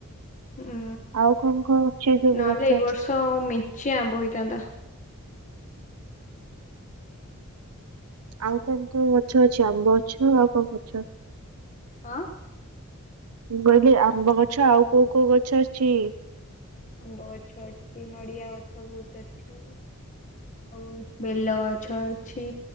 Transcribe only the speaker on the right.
ଆଉ କଣ କଣ ଅଛି ଏ ସବୁ
ଗଛ
ଆଉ କଣ କଣ ଗଛ ଅଛି ଆମ୍ବ ଗଛ ଆଉ କଣ ଗଛ?
ମୁଁ କହିଲି ଆମ୍ବ ଗଛ ଆଉ କୋଉ କୋଉ ଗଛ ଆସିଛି?